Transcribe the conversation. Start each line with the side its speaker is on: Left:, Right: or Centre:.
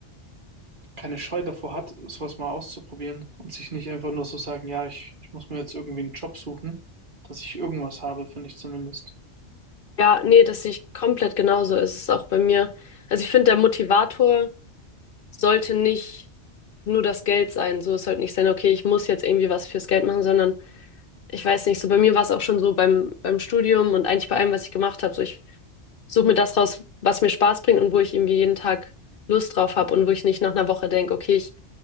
Right: keine Scheu davor hat, sowas mal auszuprobieren und sich nicht einfach nur so sagen, ja, ich, ich muss mir jetzt irgendwie einen Job suchen, dass ich irgendwas habe, finde ich zumindest.
Left: Ja, nee, das sehe ich komplett genauso. Es ist auch bei mir. Also ich finde, der Motivator. sollte nicht nur das Geld sein. So, es sollte nicht sein, okay, ich muss jetzt irgendwie was fürs Geld machen, sondern ich weiß nicht, so bei mir war es auch schon so beim, beim Studium und eigentlich bei allem, was ich gemacht habe. So, ich suche mir das raus, was mir Spaß bringt und wo ich irgendwie jeden Tag Lust drauf habe und wo ich nicht nach einer Woche denke, okay, ich,